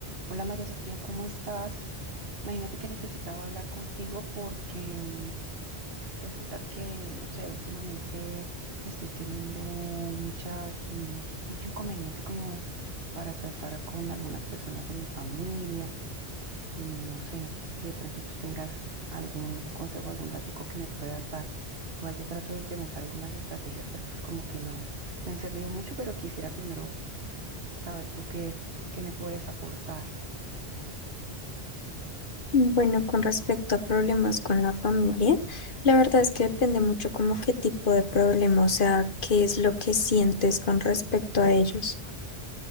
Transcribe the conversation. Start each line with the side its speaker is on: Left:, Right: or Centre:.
Right: Hola María Sofía, ¿cómo estás? Imagínate que necesitaba hablar contigo porque mm, resulta que, no sé, últimamente estoy teniendo muchas, mm, mucho inconveniente como para tratar con algunas personas de mi familia. Mm, No sé si de pronto tú tengas algún consejo, algún datico que me puedas dar. Igual yo trato de implementar algunas estrategias, pero pues como que no me han servido mucho, pero quisiera primero saber tú qué, qué me puedes aportar.
Left: Bueno, con respecto a problemas con la familia, la verdad es que depende mucho como qué tipo de problema, o sea, qué es lo que sientes con respecto a ellos.